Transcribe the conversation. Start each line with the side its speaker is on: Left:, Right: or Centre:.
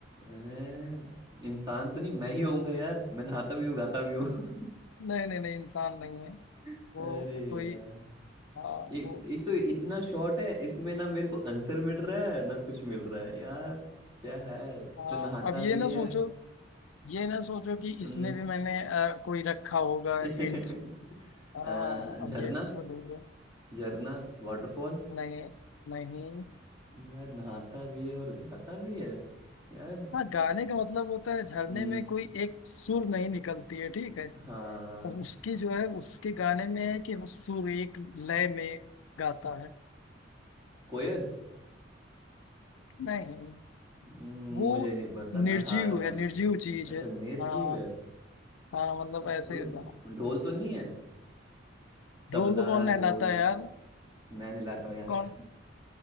Right: हैं? इंसान तो नहीं मैं ही होऊंगा यार मैं नहाता भी हूँ गाता भी हूँ <laughs>
Left: नहीं नहीं नहीं इंसान नहीं है
Right: अरे
Left: वो कोई
Right: यार
Left: हाँ
Right: ये
Left: वो
Right: ये तो इतना शॉर्ट है इसमें ना मेरे को आंसर मिल रहा है ना कुछ मिल रहा है यार क्या है
Left: हाँ
Right: जो नहाता
Left: अब ये
Right: भी
Left: ना
Right: है
Left: सोचो ये ना सोचो कि इसमें
Right: हम्म,
Left: भी मैंने अ, कोई रखा होगा
Right: <laughs>
Left: हिंट हाँ
Right: अ,
Left: अब
Right: झरना
Left: ये इसमें ढूंढो
Right: झरना वाटरफॉल
Left: नहीं नहीं
Right: यार नहाता भी है और गाता भी है यार
Left: हाँ गाने का मतलब होता है झरने
Right: हम्म,
Left: में कोई एक सुर नहीं निकलती है ठीक है
Right: हाँ
Left: और उसकी जो है उसके गाने में है कि वो सुर एक लय में गाता है
Right: कोयल
Left: नहीं
Right: हम्म,
Left: वो
Right: मुझे नहीं पता मैं
Left: निर्जीव
Right: हार मानता
Left: है निर्जीव
Right: हूँ
Left: चीज
Right: अच्छा
Left: है
Right: निर्जीव
Left: हाँ
Right: है अ,
Left: हाँ मतलब ऐसे
Right: उड-
Left: हाँ।
Right: ढोल तो नहीं है तबला
Left: ढोल को कौन नहलाता
Right: ढोल
Left: है यार
Right: मैं नहलाता हूँ यार
Left: कौन